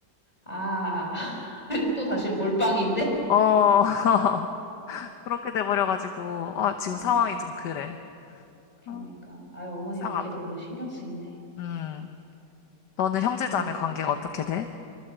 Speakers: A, on the left (about 20°); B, on the left (about 75°).
A: 아, <laughs> 또 다시 몰빵인데?
B: 어, <laughs> 그렇게 돼버려가지고 아, 지금
A: 어,
B: 상황이 좀 그래.
A: 그러니까.
B: 어,
A: 아유, 어머니
B: 이상하다.
A: 어깨 너무 신경 쓰이네.
B: 음, 너는 형제
A: 그,
B: 자매 관계가 어떻게 돼?